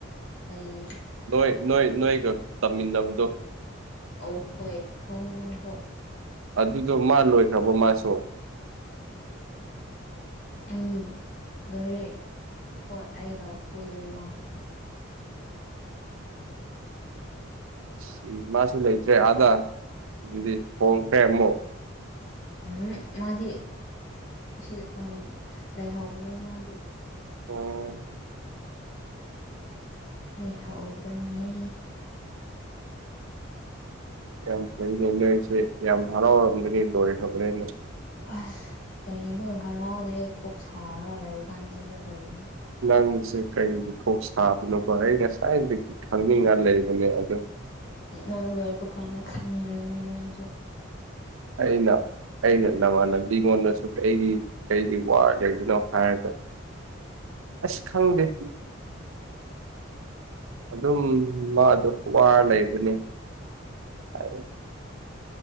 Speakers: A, on the left; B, on the right.
A: ꯑꯣꯏ
B: ꯅꯣꯏ ꯅꯣꯏ ꯅꯣꯏꯒ ꯇꯝꯃꯤꯟꯅꯕꯗꯣ
A: ꯑꯣ ꯍꯣꯏ ꯍ ꯍꯣ ꯍꯣꯏ
B: ꯑꯗꯨꯗꯣ ꯃꯥ ꯂꯣꯏꯈ꯭ꯔꯕꯣ ꯃꯥꯁꯨ
A: ꯎꯝ ꯂꯣꯏꯔꯦ ꯍꯣꯏ ꯑꯩꯒ ꯄꯨꯜꯂꯤꯃ <unintelligible>
B: ꯁꯤ ꯃꯥꯁꯨ ꯂꯩꯇ꯭ꯔꯦ ꯑꯥꯗ ꯑꯗꯨꯗꯤ ꯍꯣꯡꯈ꯭ꯔꯦ ꯑꯃꯨꯛ
A: ꯎꯝ ꯃꯥꯗꯤ ꯁꯤ ꯂꯩꯍꯥꯎꯕꯅꯦ ꯃꯥꯗꯤ
B: ꯑꯣ
A: ꯂꯩꯍꯥꯎꯕꯅꯤ
B: ꯌꯥꯝ ꯐꯩꯅ ꯅꯣꯏꯁꯦ ꯌꯥꯝ ꯍꯔꯥꯎ ꯑꯅꯤ ꯂꯣ ꯈꯕꯔꯦ
A: ꯑꯁ ꯀꯔꯤꯅꯣ ꯍꯔꯥꯎꯗꯦ ꯀꯣꯛ ꯁꯥꯔꯒ ꯂꯩ ꯀꯥꯟꯁꯤꯗ ꯀꯔꯤꯅꯣ
B: ꯅꯪꯁꯦ ꯀꯩꯒꯤ ꯀꯣꯛ ꯁꯥꯕꯅꯣꯀꯣ ꯑꯩ ꯉꯁꯥꯏ ꯈꯪꯅꯤꯡꯉ ꯂꯩꯕꯅꯦ ꯑꯗꯣ
A: ꯅꯪ ꯂꯣꯏꯕ ꯀꯥꯟꯗ ꯈꯪꯔꯤꯅꯤ ꯅꯪꯁꯨ
B: ꯑꯩꯅ ꯑꯩꯅ ꯅꯃꯥꯟꯅꯕꯤꯉꯣꯟꯗꯁꯨ ꯀꯩꯒꯤ ꯀꯩꯒꯤ ꯋꯥ ꯂꯩꯕꯅꯣ ꯍꯥꯏꯔꯒ ꯑꯁꯈꯪꯗꯦꯍꯤ ꯑꯗꯨꯝ ꯃꯥ ꯑꯗꫭ ꯋꯥꯔ ꯂꯩꯕꯅꯦ ꯍꯥꯏ